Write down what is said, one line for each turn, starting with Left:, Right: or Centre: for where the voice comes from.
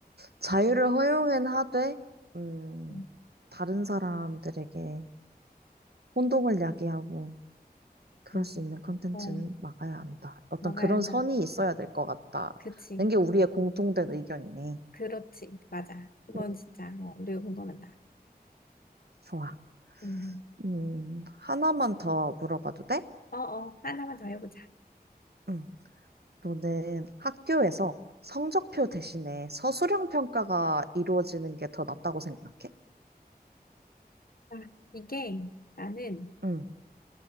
Right: 자유를 허용은 하되, 음,
Left: 음,
Right: 다른 사람들에게 혼동을 야기하고, 그럴
Left: 음.
Right: 수 있는 컨텐츠는
Left: 어,
Right: 막아야 한다. 어떤
Left: 막아야
Right: 그런
Left: 한다.
Right: 선이 있어야 될 것 같다.
Left: 그치.
Right: 는게 우리의 공통된 의견이네.
Left: 그렇지. 맞아. 그건
Right: 음,
Left: 진짜, 어, 우리가 공감한다.
Right: 좋아.
Left: 음.
Right: 음, 하나만 더 물어봐도 돼?
Left: 어, 어, 하나만 더 해보자.
Right: 응. 너는 학교에서 성적표 대신에 서술형 평가가 이루어지는 게 더 낫다고 생각해?
Left: 아, 이게 나는,
Right: 응,